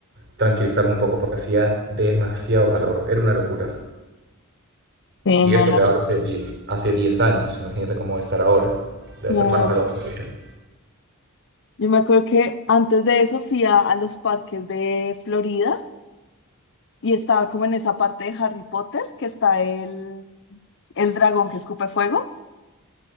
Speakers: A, on the right; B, on the left.
A: tranquilizarme un poco porque hacía demasiado calor, era una locura.
B: Sí,
A: Y
B: no,
A: eso
B: no,
A: te hablo
B: no.
A: hace diez hace 10 años, imagínate cómo debe estar ahora, debe
B: Claro.
A: hacer más calor todavía.
B: Yo me acuerdo que antes de eso fui a, a los parques de Florida y estaba como en esa parte de Harry Potter que está el, el dragón que escupe fuego.